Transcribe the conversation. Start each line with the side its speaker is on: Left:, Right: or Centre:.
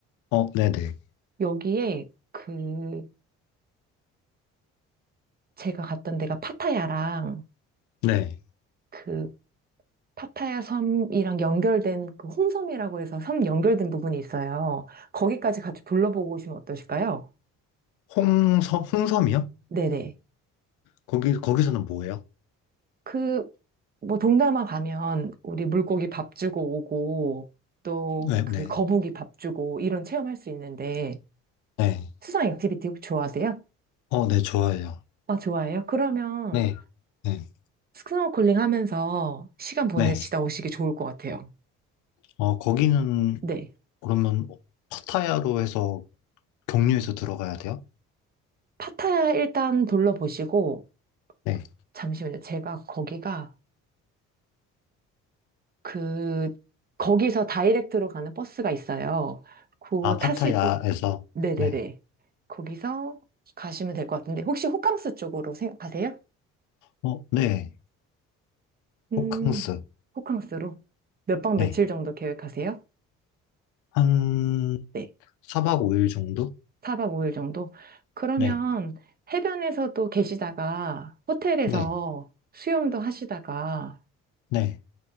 Left: 어, 네네.
Right: 여기에 그 제가 갔던 데가 파타야랑
Left: 네.
Right: 그 파타야 섬이랑 연결된 그 홍섬이라고 해서 섬 연결된 부분이 있어요. 거기까지 같이 둘러보고 오시면 어떠실까요?
Left: 홍섬, 홍섬이요?
Right: 네네.
Left: 거기, 거기서는 뭐예요?
Right: 그, 뭐, 동남아 가면 우리 물고기 밥 주고 오고, 또
Left: 네,
Right: 그
Left: 네.
Right: 거북이 밥 주고, 이런 체험할 수 있는데,
Left: 네.
Right: 수상 액티비티 혹시 좋아하세요?
Left: 어, 네, 좋아해요.
Right: 아, 좋아해요? 그러면
Left: 네. 네.
Right: 스노클링 하면서 시간 보내시다
Left: 네.
Right: 오시기 좋을 것 같아요.
Left: 어, 거기는
Right: 네.
Left: 그러면 파타야로 해서 경유해서 들어가야 돼요?
Right: 파타야 일단 둘러보시고,
Left: 네.
Right: 잠시만요. 제가 거기가 그, 거기서 다이렉트로 가는 버스가 있어요. 그거
Left: 아,
Right: 타시고,
Left: 파타야에서,
Right: 네네네.
Left: 네.
Right: 거기서 가시면 될 것 같은데, 혹시 호캉스 쪽으로 생- 가세요?
Left: 어, 네.
Right: 음,
Left: 호캉스.
Right: 호캉스로 몇 박
Left: 네.
Right: 며칠 정도 계획하세요?
Left: 한,
Right: 네.
Left: 4박 5일 정도?
Right: 4박 5일 정도? 그러면
Left: 네.
Right: 해변에서도 계시다가 호텔에서
Left: 네.
Right: 수영도 하시다가
Left: 네.